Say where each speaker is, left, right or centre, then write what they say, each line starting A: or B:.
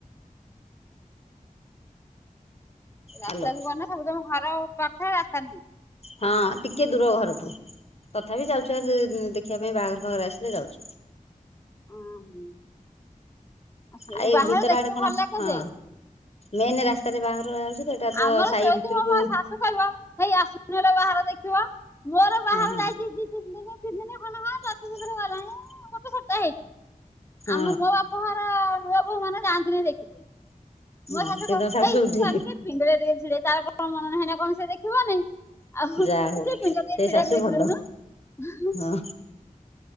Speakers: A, on the left; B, on the left.
A: ରାସ୍ତାକୁ
B: ହାଲୋ
A: ଗନେ ସବୁ ତମ ଘର ପାଖ ରାସ୍ତା ରେ ହିଁ।
B: ହଁ ଟିକେ ଦୂର ଘରଠୁ। ତଥାପି ଯାଉଛୁ ହାରି ଦେଖିବା ପାଇଁ ବାହାଘର ଫାହାଘରେ ଆସିଲେ ଯାଉଛୁ।
A: ଓହୋ ସେ
B: ଆଉ ଏଇ
A: ବାହାରେ
B: ଭିତର
A: ଦେଖିବାକୁ
B: ଆଡେ କଣ
A: ଭଲ ଲାଗେ
B: ହଁ
A: ଯେ
B: ମେନ୍ ରାସ୍ତାରେ ବାଘର ଯାଉଛି। ତ ଏଇଟା ତ
A: ଆମର
B: ସାହି
A: ଶୋଇଥବ
B: ଭିତରକୁ
A: ମୋ
B: ହଁ
A: ଶାଶୁ କହିବ ହେଇ ଆସୁନ ଲୋ ବାହାଘର ଦେଖିବ। ମୋର ବାହାଘର
B: ହଁ ହଁ
A: ଯାଇଛି ଦି ତିନି ଦିନ ତିନି ଦିନ ଖଣ୍ଡେ ହବ।
B: <inaudible>
A: ହଁ ଗୋତେ ସପ୍ତାହ ହେଇଛି
B: ହଁ
A: ଆମ ମୋ ବାପା ଘର ନୂଆ ବୋହୂ ମାନେ ଯାଆନ୍ତି ନି ଦେଖିତେ।
B: ହଁ
A: ମୋ ଶାଶୁ
B: ସେ
A: କହିବ
B: ତମ
A: ହେଇ ତୁ
B: ଉଠିଲି
A: ଆସିକି ଏ ପିଣ୍ଡାରେ ଟିକେ ତାର କଣ ମନ ନାହିଁ ନା କଣ ସେ ଦେଖିବନାଇଁ। ଆ
B: ଯାହା ହଉ
A: ସେ ପିଣ୍ଡା ରେ ଟିକେ
B: ସେଇ
A: ଛିଡ଼ା
B: ଶାଶୁ
A: ହେଇକି
B: ଭଲ
A: ଦେଖି ଦଉନୁ।
B: ହଁ